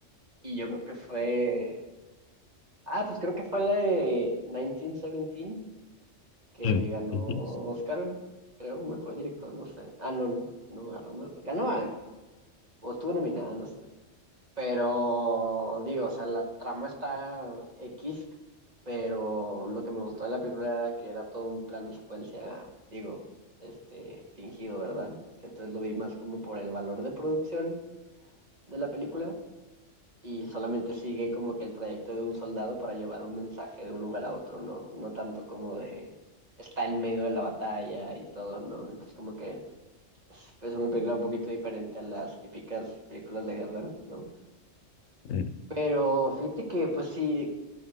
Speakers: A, on the right; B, on the left.
A: y yo creo que fue... Ah, pues creo que fue la de 1917. que
B: Mm,
A: ganó
B: ujú,
A: Oscar, creo, mejor director, no sé. Ah, no, no, no ganó, me- ganó algo, o estuvo nominada, no sé. Pero digo, o sea, la trama está X, pero lo que me gustó de la película era que era todo un plano secuencia, digo, este, fingido, ¿verdad? Entonces lo vi más como por el valor de producción de la película y solamente sigue como que el trayecto de un soldado para llevar un mensaje de un lugar a otro, ¿no? No tanto como de está en medio de la batalla y todo, ¿no? Entonces como que es es una película un poquito diferente a las típicas películas de guerra, ¿no?
B: mm.
A: Pero fíjate que pues sí,